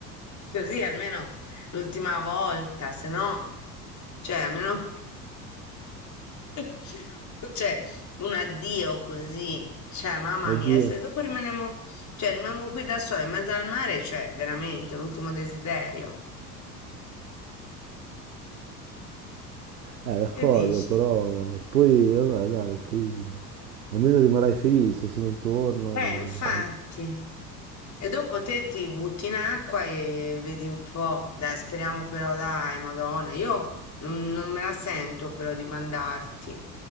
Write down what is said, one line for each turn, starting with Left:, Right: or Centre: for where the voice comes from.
Left: così almeno l'ultima volta, se no, cioè, almeno, <laughs> cioè, un addio così, cioè, mamma
Right: addio.
Left: mia, se dopo rimaniamo, cioè, rimango qui da sola in mezzo al mare, cioè, veramente, l'ultimo desiderio.
Right: Eh, d'accordo,
Left: Che dici?
Right: però poi, vabbè, dai, poi almeno rimarrai felice se non torno.
Left: Eh, infatti. E dopo te ti butti in acqua e vedi un po'. Dai, speriamo però, dai, Madonna. Io non, non me la sento però di mandarti.